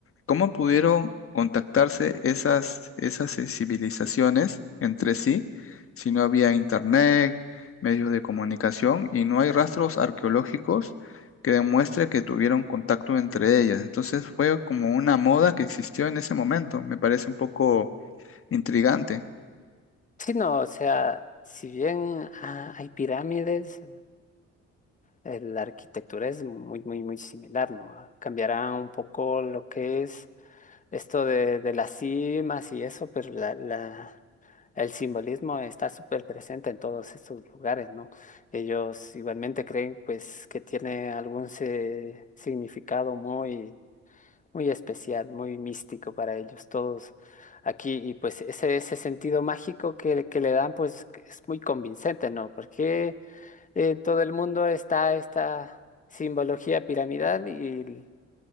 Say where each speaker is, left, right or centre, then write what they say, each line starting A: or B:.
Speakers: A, on the left; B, on the left.
A: ¿cómo pudieron contactarse esas, esas eh, civilizaciones entre sí si no había internet, medios de comunicación y no hay rastros arqueológicos que demuestre que tuvieron contacto entre ellas? Entonces, fue como una moda que existió en ese momento. Me parece un poco intrigante.
B: sí, no, o sea, si bien ah, hay pirámides, eh, la arquitectura es muy, muy, muy similar, ¿no? Cambiará un poco lo que es esto de, de las cimas y eso, pero la, la, el simbolismo está súper presente en todos estos lugares, ¿no? Ellos igualmente creen pues que tiene algún se- significado muy, muy especial, muy místico para ellos todos aquí y pues ese, ese sentido mágico que, que le dan pues que es muy convincente, ¿no? Porque en todo el mundo está esta simbología piramidal y